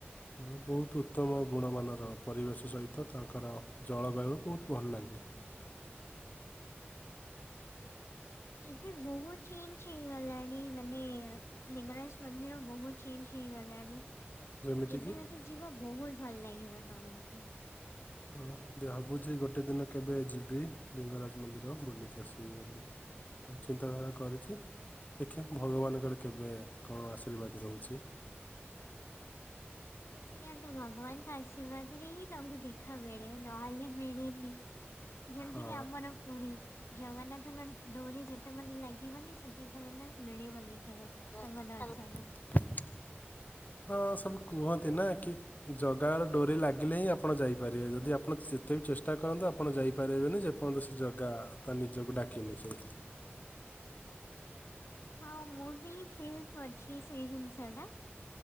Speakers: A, on the left (about 40°); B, on the left (about 80°).
A: ଉଁ ବହୁତ ଉତ୍ତମ ଗୁଣମାନର ପରିବେଶ ସହିତ ତାଙ୍କର ଜଳବାୟୁ ବହୁତ ଭଲ ଲାଗେ।
B: ଏବେ ବହୁତ ଚେଞ୍ଜ ହେଇଗଲାଣି ମାନେ ଲିଙ୍ଗରାଜ ମନ୍ଦିର ବହୁତ ଚେଞ୍ଜ ହେଇଗଲାଣି।
A: ଯେମିତିକି
B: ଏବେ ଯଦି ଯିବ ବହୁତ ଭଲ ଲାଗିବ ତମକୁ।
A: ହଁ ଦେ ଭାବୁଛି ଗୋଟେ ଦିନ କେବେ ଯିବି ଲିଙ୍ଗରାଜ ମନ୍ଦିର ବୁଲିକି ଆସିବି ବୋଲି। ମୁଁ ଚିନ୍ତାଧାରା କରିଚି ଦେଖିବା ଭଗବାନଙ୍କର କେବେ କଣ ଆଶୀର୍ବାଦ ରହୁଚି।
B: ସେୟା ତ ଭଗବାନଙ୍କ ଆଶୀର୍ବାଦରେ ହିଁ ତାଙ୍କୁ ଦେଖା ମିଳେ ନହେଲେ ମିଳେନି। ଯେମତି
A: ହଁ
B: କି ଆମର ପୁରୀ ଜଗନ୍ନାଥ ମ ଡୋରି ଯେତେପର୍ଯନ୍ତ ଲାଗି ବନି ସେଥି ପଯ୍ୟନ୍ତ ମିଳିବନି କେବେ।
A: <unintelligible>
B: ତାଙ୍କ ଦର୍ଶନ
A: ହଁ ସବୁ କୁହନ୍ତି ନା କି ଜଗାର ଡୋରି ଲାଗିଲେ ହିଁ ଆପଣ ଯାଇପାରିବେ ଯଦି ଆପଣ ଯେତେ ବି ଚେଷ୍ଟା କରନ୍ତୁ ଆପଣ ଯାଇପାରିବେନି ଯେ ପନ୍ତ ସେ ଜଗା ତା ନିଜକୁ ଡାକିନି ସେଠି।
B: ହଁ ମୁଁ ବି ଫିଲ୍ କରିଚି ସେଇ ଜିନିଷ ଟା।